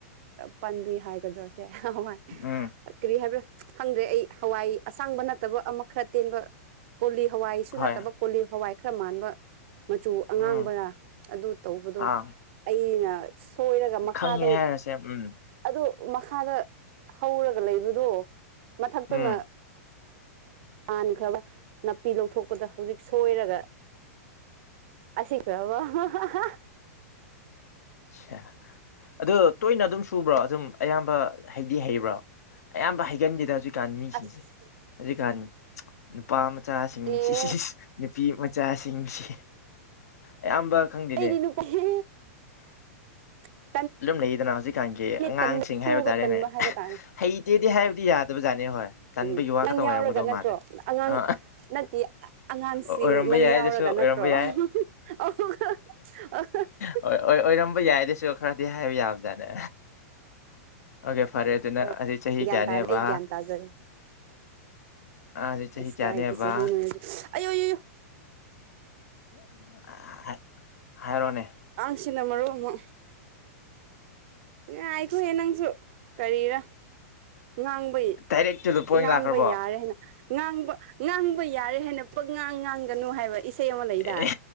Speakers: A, on the right; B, on the left.
A: ꯄꯥꯥꯟꯕꯤ ꯍꯥꯏꯒꯗ꯭ꯔ ꯁꯦ ꯍ
B: ꯎꯝ
A: ꯀꯔꯤ ꯍꯥꯏꯕ꯭ꯔꯥ ꯈꯪꯗ꯭ꯔꯦ ꯑꯩ ꯍꯋꯥꯏ ꯑꯁꯥꯡꯕ ꯅꯠꯇꯕ ꯑꯃ ꯈꯔ ꯑꯇꯦꯟꯕ ꯀꯣꯂꯤ ꯍꯋꯥꯏꯁꯨ
B: ꯍꯣꯏ
A: ꯅꯠꯇꯕ ꯀꯣꯂꯤ ꯍꯋꯥꯏ ꯈꯔ ꯃꯥꯟꯕ ꯃꯆꯨ ꯑꯉꯥꯡꯕꯔꯥ
B: ꯎꯝ
A: ꯑꯗꯨ ꯇꯧꯕꯗꯣ
B: ꯑꯥ
A: ꯑꯩꯅ ꯁꯣꯏꯔꯒ ꯃꯈꯥꯗ
B: ꯈꯪꯉꯦ ꯍꯥꯏꯔꯁꯦ ꯎꯝ
A: ꯑꯗꯨ ꯃꯈꯥꯗ ꯍꯧꯔꯒ ꯂꯩꯕꯗꯣ ꯃꯊꯛꯇꯅ
B: ꯎꯝ
A: ꯄꯥꯟꯈ꯭ꯔꯕ ꯅꯥꯄꯤ ꯂꯧꯊꯣꯛꯄꯗ ꯍꯧꯖꯤꯛ ꯁꯣꯏꯔꯒ ꯑꯁꯤ ꯀ꯭ꯔꯕꯣ ꯑꯥ ꯍꯥ ꯍꯥ
B: <unintelligible> ꯑꯗ ꯇꯣꯏꯅ ꯑꯗꯨꯝ ꯁꯨꯕ꯭ꯔꯣ ꯑꯗꯨꯝ ꯑꯌꯥꯝꯕ ꯍꯩꯗꯤ ꯍꯩꯕ꯭ꯔꯣ ꯑꯌꯥꯝꯕ ꯍꯩꯒꯟꯗꯦꯗ ꯍꯧꯖꯤꯛ ꯍꯧꯖꯤꯛꯀꯥꯟ ꯃꯤꯁꯤꯡꯁꯦ
A: ꯑꯁ
B: ꯍꯧꯖꯤꯛ ꯀꯥꯟ ꯅꯨꯄꯥ ꯃꯆꯥꯁꯤꯡꯁꯤ
A: ꯑꯦ
B: ꯅꯨꯄꯤ ꯃꯆꯥꯁꯤꯡꯁꯤ ꯑꯌꯥꯝꯕ ꯈꯪꯗꯦꯅꯦ
A: ꯀꯩꯗꯤ ꯅꯨꯄꯥꯅꯦ <inaudible>
B: ꯑꯗꯨꯨꯝ ꯂꯩꯗꯅ ꯍꯧꯖꯤꯛꯀꯥꯟꯒꯤ ꯑꯉꯥꯡꯁꯤꯡ
A: ꯇꯟꯕ ꯁꯨꯕ
B: ꯍꯥꯏꯕ ꯇꯥꯔꯦꯅꯦ
A: ꯇꯟꯕ ꯍꯥꯏꯕ ꯇꯥꯔꯦ
B: ꯍꯩꯇꯦꯗꯤ ꯍꯥꯏꯕꯗꯤ ꯌꯥꯗꯦ ꯑꯗꯨꯕꯨ ꯖꯅꯤꯦ ꯍꯣꯏ ꯇꯟꯕꯒꯤ
A: ꯎꯝ
B: ꯋꯥ
A: ꯅꯪ
B: ꯈꯛꯇꯪ
A: ꯌꯥꯎꯔꯒ
B: ꯑꯣꯏꯔꯝꯒꯗꯧ
A: ꯅꯠꯇ꯭ꯔꯣ
B: ꯃꯥꯜꯂꯦ
A: ꯑꯉꯥꯡ
B: ꯑ
A: ꯅꯠꯇꯦ ꯑꯉꯥꯡꯁꯤꯡ
B: ꯑꯣꯏꯔꯝꯕ
A: ꯅꯪ
B: ꯌꯥꯏ
A: ꯌꯥꯎꯔꯒ
B: ꯑꯗꯨꯁꯨ ꯑꯣꯏꯔꯝꯕ
A: ꯅꯠꯇ꯭ꯔꯣ
B: ꯌꯥꯏ
A: <unintelligible>
B: ꯑꯣꯏ ꯑꯣꯏ ꯑꯣꯏꯔꯝꯕ ꯌꯥꯏꯗꯁꯨ ꯈꯔꯗꯤ ꯍꯥꯏꯕ ꯌꯥꯕꯖꯥꯠꯅꯦ ꯑꯣꯀꯦ ꯐꯔꯦ ꯑꯗꯨꯅ
A: ꯑꯣ
B: ꯍꯧꯖꯤꯛ ꯆꯍꯤ
A: ꯒ꯭ꯌꯥꯟ
B: ꯀꯌꯥꯅꯦꯕ
A: ꯇꯥꯔꯦ ꯑꯩ ꯒ꯭ꯌꯥꯟ ꯇꯥꯖꯔꯦ
B: ꯑ ꯍꯧꯖꯤꯛ ꯆꯍꯤ
A: ꯏꯁ
B: ꯀꯌꯥꯅꯦꯕ
A: ꯀꯗꯥꯗꯒꯤ ꯁꯍꯤꯅꯣ ꯑꯌꯣ ꯌꯣ
B: <unintelligible> ꯍꯥꯏꯔꯣꯅꯦ
A: ꯑꯁꯤꯅ ꯃꯔꯣꯝ ꯑꯃ ꯉꯥꯏꯈꯣꯍꯦ ꯅꯪꯁꯨ ꯀꯔꯤꯔ ꯉꯥꯡꯕꯩ
B: ꯗꯥꯏꯔꯦꯛ ꯇꯨ ꯗ ꯄꯣꯏꯟ
A: ꯉꯥꯡꯕ
B: ꯂꯥꯛꯈ꯭ꯔꯕꯣ
A: ꯌꯥꯔꯦ ꯍꯥꯏꯅ ꯉꯥꯡꯕ ꯉꯥꯡꯕ ꯌꯥꯔꯦ ꯍꯥꯏꯅ ꯄꯛꯉꯥꯡ ꯉꯥꯡꯒꯅꯨ ꯍꯥꯏꯕ ꯏꯁꯩ ꯑꯃ ꯂꯩꯗꯥꯏ
B: ꯑꯦ